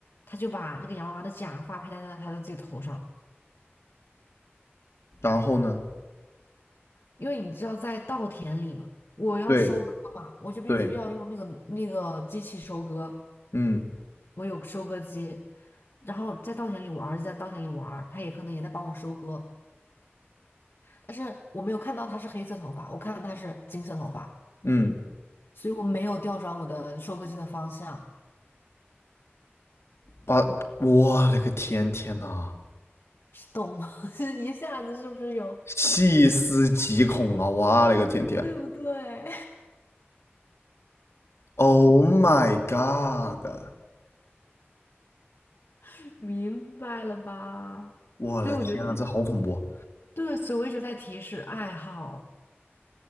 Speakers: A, on the left; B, on the left.
A: 他就把这个洋娃娃的假发佩戴在他的自己头上。
B: 然后呢？
A: 因为你知道，在稻田里嘛，我要收割嘛，
B: 对
A: 我就必须要用那个那个机器收割，
B: 对，嗯
A: 我有收割机。然后在稻田里，我儿子在稻田里玩儿他也可能也在帮我收割，但是我没有看到他是黑色头发，我看到他是金色头发，
B: 嗯，
A: 所以我没有调转我的收割机的方向。
B: 把我勒个天，天呐！
A: 懂吗？<laughs> 就是一下子是不是有
B: 细思极恐啊！哇嘞个天天
A: <laughs>？对不对？
B: ，Oh my god！
A: <laughs> 明白了吧？
B: 我的天啊，
A: 对，我觉得这
B: 这好恐怖啊
A: 对，所以我一直在提示爱好。